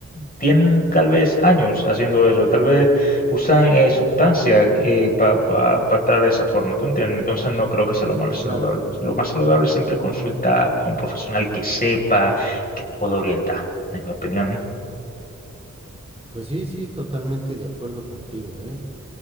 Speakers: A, on the left (about 30°); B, on the right (about 20°).
A: tienen tal vez años haciendo eso. Tal vez usan eh, sustancias para estar de esa forma, ¿tú entiendes? Entonces no creo que sea lo más saludable.
B: claro.
A: Lo más saludable es siempre consultar a un profesional que sepa, que te pueda orientar, en mi opinión, ¿no?
B: Pues sí, sí, totalmente de acuerdo contigo, ¿eh?